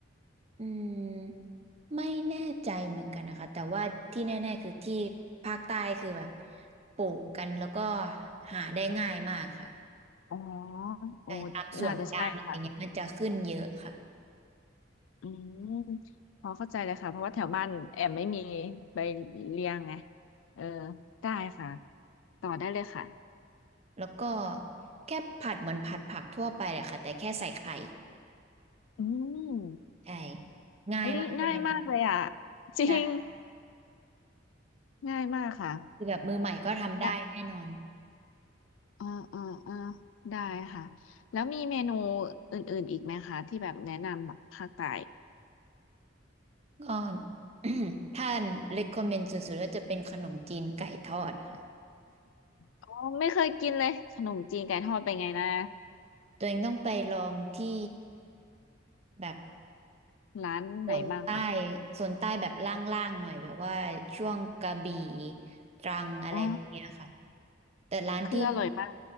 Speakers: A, on the right; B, on the left.
A: อืมไม่แน่ใจเหมือนกันนะคะแต่ว่าที่แน่ๆคือที่ภาคใต้คือแบบปลูกกันแล้วก็หาได้ง่ายมากค่ะ
B: อ๋อโอ้
A: จ่ายตามส่วนกลางอะไรเงี้ยมันจะขึ้นเยอะค่ะ
B: น่าจะใช่ค่ะอืมพอเข้าใจเลยค่ะเพราะว่าแถวบ้านแอมไม่มีใบเลียงไง เออ ได้ค่ะ ต่อได้เลยค่ะ
A: แล้วก็แค่ผัดเหมือนผัดผักทั่วไปเลยค่ะแต่แค่ใส่ไข่
B: อืม
A: ใช่ง่ายมากเลย
B: เฮ้ยง่ายมากเลยอ่ะจริง
A: ใช่
B: ง่ายมากค่ะ
A: คือแบบมือใหม่ก็ทำได้แน่นอน
B: แล้วเออเออเออได้ค่ะ แล้วมีเมนูอื่นๆอีกไหมคะที่แบบแนะนำแบบภาคใต้
A: ก็ <clears throat> ท่าน recommend สุดๆก็จะเป็นขนมจีนไก่ทอดค่ะ <laughs>
B: อ๋อไม่เคยกินเลยขนมจีนไก่ทอดเป็นไงนะ
A: ตัวเองต้องไปลองที่แบบ
B: ร้านไหนบ้างค่ะ
A: โซนใต้โซนใต้แบบล่างๆหน่อยแบบว่าช่วงกระบี่ตรังอะไรพวกเนี้ยค่ะ
B: อ๋อ
A: แต่ร้านที่
B: คืออร่อยมาก